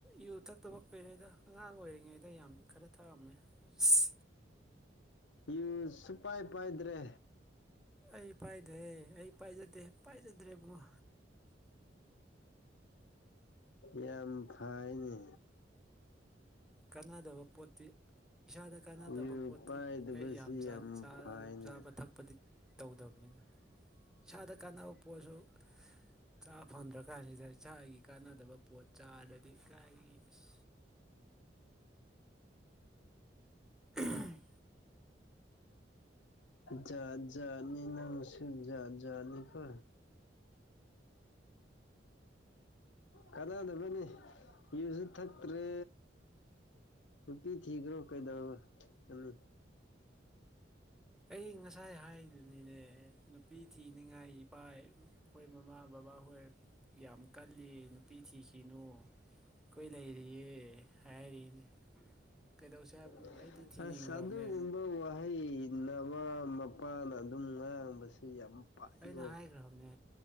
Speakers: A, in the centre; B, on the left.
A: ꯌꯨ ꯊꯛꯇꯕ ꯀꯨꯏꯔꯦꯗ ꯑꯉꯥꯡ ꯑꯣꯏꯔꯤꯉꯩꯗ ꯌꯥꯝ ꯈꯔ ꯊꯛꯑꯝꯃꯦ ꯑꯁ
B: ꯌꯨ ꯁꯨꯄꯥꯏ ꯄꯥꯏꯗ꯭ꯔꯦ
A: ꯑꯩ ꯄꯥꯏꯗ꯭ꯔꯦ ꯑꯩ ꯄꯥꯏꯖꯗꯦ ꯄꯥꯏꯖꯗ꯭ꯔꯦ ꯕꯨꯡꯉꯣ
B: ꯌꯥꯝ ꯐꯥꯏꯅꯦ
A: ꯀꯥꯟꯅꯗꯕ ꯄꯣꯠꯇꯤ ꯏꯁꯥꯗ ꯀꯥꯟꯅꯗꯕ
B: ꯌꯨ
A: ꯄꯣꯠꯇꯤ
B: ꯄꯥꯏꯗꯕꯁꯤ
A: ꯑꯩ ꯌꯥꯝ ꯆꯥꯟ ꯆꯥ
B: ꯐꯩꯅꯦ
A: ꯆꯥꯕ ꯊꯛꯄꯗꯤ ꯇꯧꯗꯕꯅꯤꯅ ꯏꯁꯥꯗ ꯀꯥꯟꯅꯕ ꯄꯣꯠꯁꯨ ꯆꯥ ꯐꯪꯗ꯭ꯔ ꯀꯥꯟꯁꯤꯗ ꯏꯆꯥꯒꯤ ꯀꯥꯟꯅꯗꯕ ꯄꯣꯠ ꯆꯥꯔꯗꯤ ꯀꯥꯏꯗꯒꯤ ꯑꯁ ꯎꯝ
B: ꯖꯥꯠ ꯖꯥꯠꯅꯤ ꯅꯪꯁꯨ ꯖꯥꯠ ꯖꯥꯠꯅꯤꯀꯣ ꯀꯅꯥꯗꯕꯅꯤ ꯌꯨꯖꯨ ꯊꯛ ꯇ꯭ꯔꯦ ꯅꯨꯄꯤ ꯊꯤꯒ꯭ꯔꯣ ꯀꯩꯗꯧ ꯒꯅꯤ
A: ꯑꯩ ꯉꯁꯥꯏ ꯍꯥꯏꯗꯨꯅꯤꯅꯦ ꯅꯨꯄꯤ ꯊꯤꯅꯤꯡꯉꯥꯏ ꯏꯄꯥꯏ ꯑꯩꯈꯣꯏ ꯃꯃꯥ ꯕꯕꯥꯍꯣꯏ ꯌꯥꯝ ꯀꯜꯂꯤ ꯅꯨꯄꯤ ꯊꯤꯈꯤꯅꯨ ꯑꯩꯈꯣꯏ ꯂꯩꯔꯤꯌꯦ ꯍꯥꯏꯔꯤꯅꯦ ꯀꯩꯗꯧꯁꯦ ꯍꯥꯏꯕꯅꯣ
B: <unintelligible>
A: ꯑꯩꯗꯤ ꯊꯤꯅꯤꯡꯈ꯭ꯔꯕꯅꯦ
B: ꯑꯁ ꯑꯗꯨꯒꯨꯝꯕ ꯋꯥꯍꯩ ꯅꯕꯥ ꯃꯄꯥꯅ ꯑꯗꯨꯝ ꯉꯥꯡꯕꯁꯤ ꯌꯥꯝ ꯄꯥꯏꯀꯣ
A: ꯑꯩꯅ ꯍꯥꯏꯈ꯭ꯔꯥꯕꯅꯦ